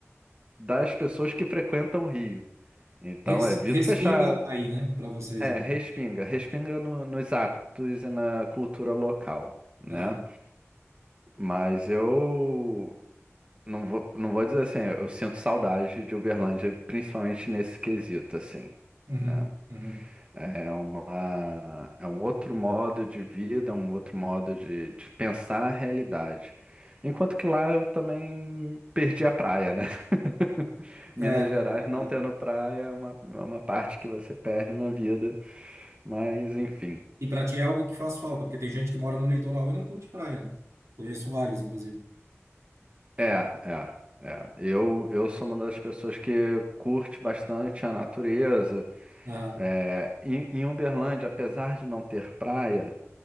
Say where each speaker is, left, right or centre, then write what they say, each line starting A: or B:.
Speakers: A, on the right; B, on the right.
A: das pessoas que frequentam o Rio. Então
B: Res-
A: é vidro
B: respinga
A: fechado.
B: aí, né? Para vocês,
A: É,
B: então.
A: respinga. Respinga no- nos hábitos e na cultura local, né?
B: Aham.
A: Mas eu não vou, não vou dizer assim, eu sinto saudade de Uberlândia, principalmente nesse quesito, assim,
B: Uhum.
A: né?
B: Uhum.
A: É uma, é um outro modo de vida, é um outro modo de, de pensar a realidade. Enquanto que lá eu também perdi a praia, né? <laughs>
B: É,
A: Minas Gerais
B: é verdade.
A: não tendo praia é uma, é uma parte que você perde na vida, mas enfim.
B: E para ti é algo que faz falta, porque tem gente que mora no litoral e não curte praia, né? Conheço vários, inclusive.
A: É, é, é. Eu, eu sou uma das pessoas que curte bastante a natureza.
B: Aham.
A: É, em, em Uberlândia, apesar de não ter praia,